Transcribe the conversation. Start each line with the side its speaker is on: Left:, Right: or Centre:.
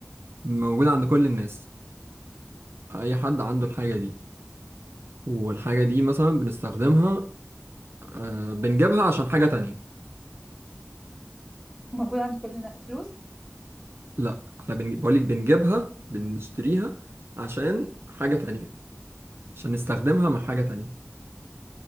Right: موجوده عند كل الناس اي حد عنده الحاجه دي والحاجة دي مثلا بنستخدمها آه، بنجيبها عشان حاجة تانية
Centre: موجود عند كل الناس فلوس
Right: لا احنا بن... بقولك بنجيبها بنشتريها عشان حاجة تانية عشان نستخدمها مع حاجة تانية